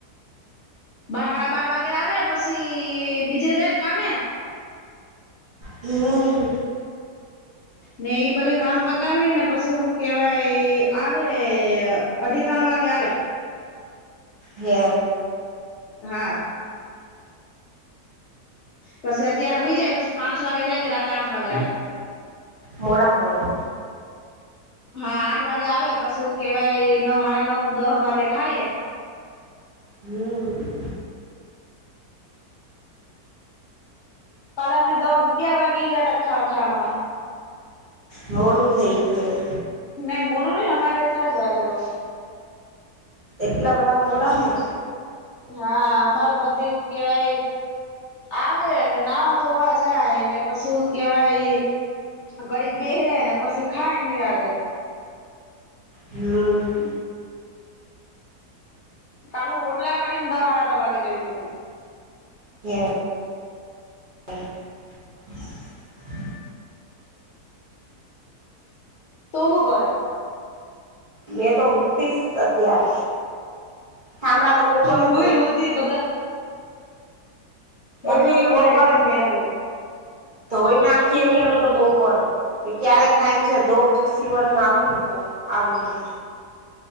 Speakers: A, on the left; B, on the right.
A: બાર હાડા બાર વાગે આવે પછી બીજે જાય કામે.
B: હમ્મ.
A: ને એઈ બધું કામ પતાવીને પછી હું કેહેવાય આવે. અઢી ત્રણ વાગે આવે.
B: હા.
A: હા. પછી અત્યારે હુઇ જાય પછી પાંચ વાગે જાય તે રાતે આઠ વાગે આવે.
B: મોડા મોડા.
A: હા આઠ વાગે આવે પછી હું કેવાય નવ હાડા નવ દહ વાગે ખાય.
B: હમ્મ.
A: કાલે અમે દહ અગિયાર વાગી ગયા તા ખાવા ખાવા માં.
B: મોડું થઇ ગયું હે.
A: નઈ મોરું નહી અમારે એટલા જ વાગે રોજ.
B: એટલા બધા મોડા કેમ.
A: હા અમારે બધું એવું કેવાય. આવે ને નાવા ધોવા જાય ને પછી હું કેવાય. ઘડીક બે હને પછી ખાય નીરાતે.
B: હું.
A: કાલું રોટલા કરી ને દહ હાડા દહે વાગે ગ‌ઇ થી એટલે.
B: એ. હ.
A: તો હું કરે.
B: મેં તો હુંતીસ અત્યાર હામડા તો. બપોર
A: હું
B: જ
A: હુંય તી બધા. મારે
B: એલી
A: તો ઠામડા
B: બપોરે.
A: એમને એમ પયરા હોય
B: ધોઈ નાખીએ ને અમે તો બપોરે. ને ક્યારે સાંજે ધોવ જ સીવનમાં આવું નને તો આવીને.